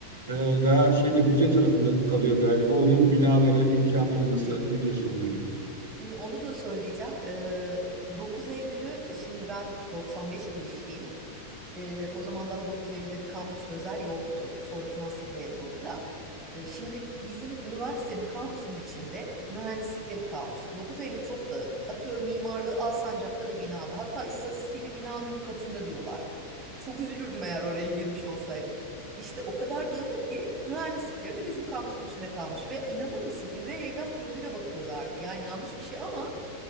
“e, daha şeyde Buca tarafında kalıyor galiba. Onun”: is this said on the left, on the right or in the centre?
Right